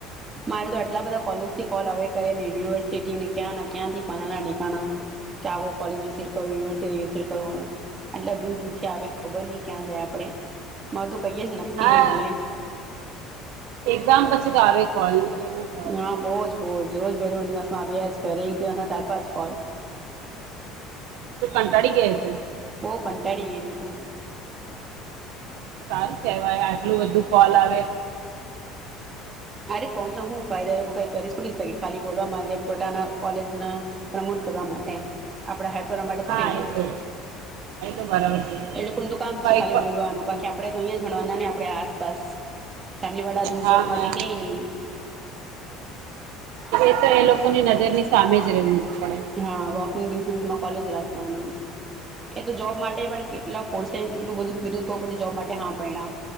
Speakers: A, on the right; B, on the right.
A: મારે તો આટલા બધા કોલેજથી કોલ આવે કરેને યુનિવર્સિટીને ક્યાં ક્યાંથી ફલાણા ઢીંકાના ક્યાં હો કોલેજ વિઝીટ કરવી યુનિવર્સિટી વિઝીટ કરવી આટલા દૂર દૂરથી આવે ખબર નહી ક્યાં જાય આપડે માર તો કઈય કિની
B: હા
A: મલે.
B: એક્ઝામ પછી તો આવે કોલેમ આવે
A: હા બહુ જ બહુ રોજ બે ત્રણ દિવસમાં આવ્યા જ કરે એક દિવસમાં ચાર પાંચ કોલ
B: તું કંટાળી ગય હશે.
A: કંટાડી ગયે મેં તો.
B: સાર કે આટલું બધું ફલ આવે.
A: અરે કોલ ના હું ફાયદા એ લોકો કઈ કરી છોડી શકે ખાલી બોલવા માટે પોતાના કોલેજ ના પ્રમોટ કરવા માટે આપડા હેપ કરવા માટે થોડી
B: હા એ તો હા એ તો બરાબર છે
A: એ લોકોનું તો કામ
B: કઈક
A: છે ખાલી બોલવાનું બાકી આપણેે તો અહીયા જ ભણવાના ને આપડે આસપાસ. ફેમિલી વાળા દૂર
B: હા
A: જવા માટે
B: હા
A: <inaudible>
B: એ તો એ લોકોની નજરની સામે જ રહેવું જ પડે
A: પરિણામ